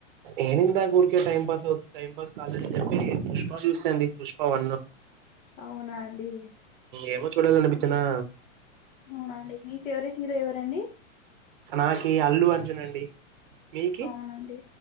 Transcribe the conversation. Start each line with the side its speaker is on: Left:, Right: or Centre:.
Right: ఏనుందా ఊరికే టైం పాస్ అవు టైం పాస్ కాలేదు అని చెప్పి పుష్ప చూస్తా అండి పుష్ప వన్
Left: అవునా అండి
Right: ఏమో చూడాలి అనిపించేనా
Left: అవునా అండి మీ ఫేవరెట్ హీరో ఎవరండి
Right: నాకి అల్లు అర్జున అండి మీకి
Left: అవునండి